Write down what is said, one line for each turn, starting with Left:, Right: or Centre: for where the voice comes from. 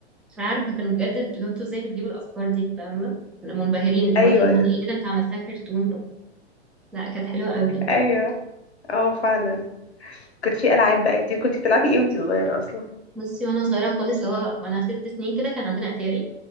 Centre: مش عارفه كانوا بجد اللي هو انتوا ازاي بتجيبوا الافكار دي فاهمه كنا منبهرين اللي
Left: أيوة
Centre: هو الاغنيه ايه ده انت عملتها كرتون لا كانت حلوه قوي
Left: أيوة اه فعلا كانت في ألعاب بقى كتير كنت بتلعبي ايه وانتي صغيرة أصلا
Centre: بصي وانا صغيره خالص اللي هو وانا ست سنين كده كان عندنا اتاري